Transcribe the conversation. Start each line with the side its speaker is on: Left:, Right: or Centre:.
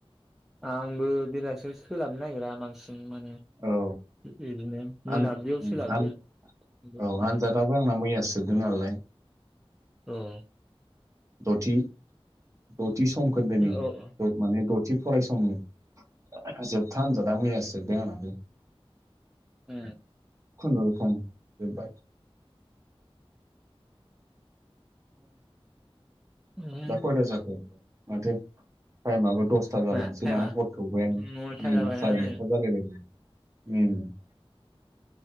Centre: आंबो बेलासियाव सोलाबनो नागिरा बांसि जों माने
Right: औ
Centre: बिदिनो मोनाबिलियाव
Right: आं उम
Centre: सोलाबो।
Right: आं
Centre: उम
Right: औ आनजादाबो आंना मैयासो जोबदों नालाय।
Centre: औ।
Right: दथि दथि समखोन्दोनि
Centre: औ औ
Right: दं माने दथि फरायसम जोबथा आनजादा मैयासो जोबदों आंनाबो
Centre: ओ
Right: खनुरखम जोबबाय।
Centre: उम
Right: दा खयथा जाखो माथो टाइमाबो द सथा जालायनोसै
Centre: मा टाइमा
Right: ना हर थौबायानो
Centre: नथा
Right: ओम
Centre: जाबायानो
Right: जानायाथ जालायबाय आनो उम।